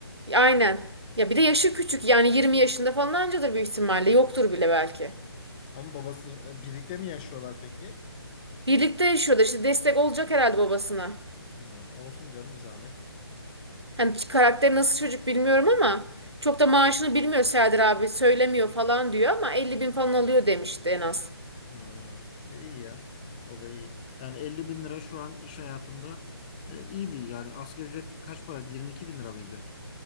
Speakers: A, on the right; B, on the left.
A: aynen. Ya bir de yaşı küçük yani 20 yaşında falan ancadır büyük ihtimalle yoktur bile belki.
B: Ama babası e, birlikte mi yaşıyorlar peki?
A: Birlikte yaşıyorlar işte destek olacak herhalde babasına.
B: Hı. Olsun canım bir zahmet.
A: Hani karakteri nasıl çocuk bilmiyorum ama çok da maaşını bilmiyor Serdar abi söylemiyor falan diyor ama 50 bin falan alıyor demişti en az.
B: Hı. E, iyi ya. O da iyi. Yani 50 bin lira şu an iş hayatında e, iyi bir yani asgari ücret kaç para? 22 bin lira mıydı?